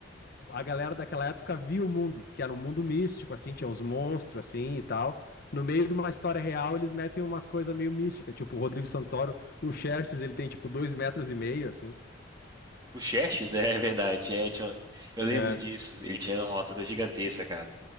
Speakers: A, on the left (about 50°); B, on the right (about 20°).
A: a galera daquela época via o mundo, que era um mundo místico, assim, tinha uns monstros, assim, e tal. No meio de uma história real, eles metem umas coisas meio místicas, tipo o Rodrigo Santoro, o Xerxes, ele tem, tipo, dois metros e meio, assim.
B: O Xerxes, <laughs> é verdade. é, tinha- eu lembro
A: É,
B: disso. Ele tinha uma altura gigantesca, cara.